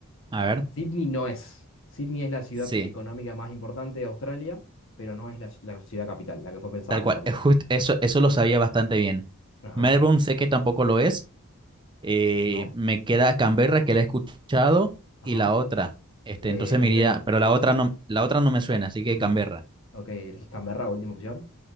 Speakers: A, on the right (about 20°); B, on the left (about 60°).
A: a ver.
B: Sydney no es. Sydney es la ciudad
A: Sí,
B: económica más importante de Australia, pero no es la, la ciudad capital, la que fue pensada
A: tal
B: como
A: cual.
B: capital.
A: Es jus- eso, eso lo sabía bastante bien.
B: Ajá,
A: Melbourne sé que tampoco lo es. eh,
B: no,
A: me queda Canberra, que la he escuchado,
B: ajá.
A: y la otra. Este,
B: Eh,
A: entonces
B: Brisbane.
A: me iría, pero la otra no, la otra no me suena, así
B: Mm,
A: que Canberra.
B: ok, elegís Canberra, última opción.